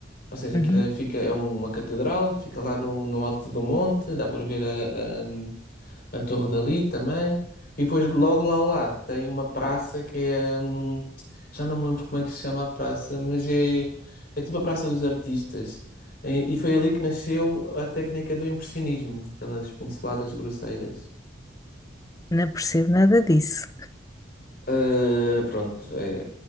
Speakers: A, on the left; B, on the left.
A: Ou seja,
B: Uhum.
A: aquilo é, fica, é uma catedral, fica lá no, no alto do monte, dá para ver a, a, a torre dali também. E depois, logo lá ao lado, tem uma praça que é. hum, já não me lembro como é que se chama a praça, mas é, é tipo a Praça dos Artistas. E e foi ali que nasceu a técnica do impressionismo, aquelas pinceladas grosseiras.
B: Não percebo nada disso.
A: Ah, pronto, é,